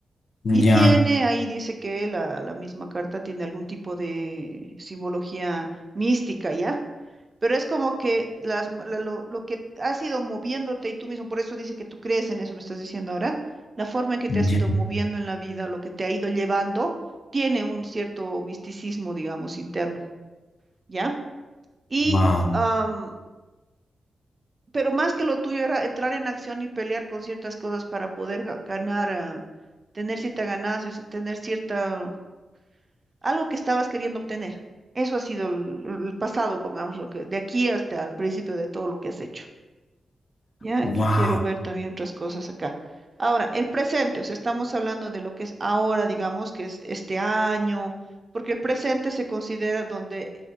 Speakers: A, on the right; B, on the left.
A: Y
B: ya.
A: tiene, ahí dice que la, la misma carta tiene algún tipo de simbología mística, ¿ya? Pero es como que las, m- la- lo, lo que has ido moviéndote y tú mismo, por eso dice que tú crees en eso, me estás diciendo ahora, la forma en que te has
B: Ya,
A: ido moviendo en la vida, lo que te ha ido llevando, tiene un cierto misticismo, digamos, interno, ¿ya? Y,
B: wow,
A: am, pero más que lo tuyo era entrar en acción y pelear con ciertas cosas para poder ga- ganar, ah, tener cierta ganancia, o sea, tener cierta algo que estabas queriendo obtener. Eso ha sido el, el pasado, pongamos lo que, de aquí hasta el principio de todo lo que has hecho. Ya
B: wow,
A: que quiero ver también otras cosas acá. Ahora, el presente, o sea, estamos hablando de lo que es ahora, digamos, que es este año, porque el presente se considera donde,